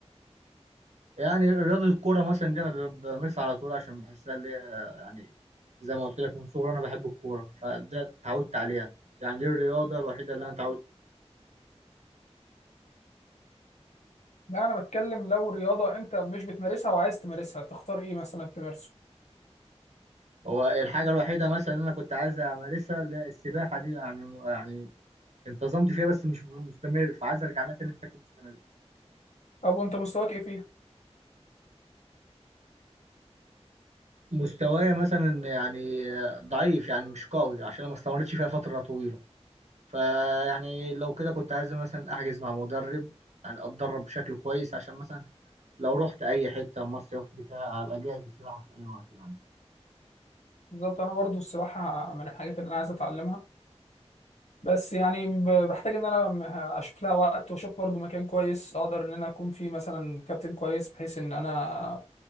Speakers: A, on the right (about 80°); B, on the left (about 80°).
A: يعني رياضة الكورة مثلا دي أنا ب- بمارسها على طول عشان بحسها اللي هي يعني زي ما قلت لك من صغري أنا بحب الكورة فده اتعودت عليها يعني دي الرياضة الوحيدة اللي أنا اتعودت
B: لا انا بتكلم لو رياضه انت مش بتمارسها وعايز تمارسها تختار ايه مثلا تمارسه
A: هو الحاجة الوحيدة مثلا اللي أنا كنت عايز أمارسها اللي هي السباحة دي يعني يعني انتظمت فيها بس مش مستمر فعايز أرجع لها تاني بشكل مستمر
B: طب وانت مستواك ايه فيها
A: مستوايا مثلا يعني ضعيف يعني مش قوي عشان أنا ما استمرتش فيها فترة طويلة فيعني لو كده كنت عايز مثلا أحجز مع مدرب يعني أتدرب بشكل كويس عشان مثلا لو رحت أي حتة مصيف بتاع أبقى جاهز للسباحة في أي وقت يعني
B: بالظبط انا برضو السباحه من الحاجات اللي انا عايز اتعلمها بس يعني ب- بحتاج ان انا م- اشوف لها وقت واشوف برضو مكان كويس اقدر ان انا اكون فيه مثلا كابتن كويس بحيث ان انا